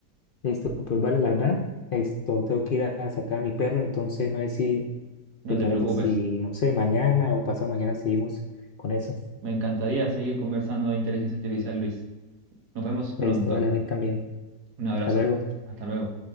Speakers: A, on the left (about 55°); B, on the right (about 70°).
A: Listo, pues vale, la verdad. Esto tengo que ir a sacar a mi perro, entonces no sé si ¿Te
B: No
A: parece
B: te preocupes.
A: si, no sé, mañana o pasado mañana seguimos con eso?
B: Me encantaría seguir conversando de inteligencia artificial, Luis. Nos vemos pronto.
A: Listo, vale, a mí también.
B: Un abrazo.
A: Hasta luego.
B: Hasta luego.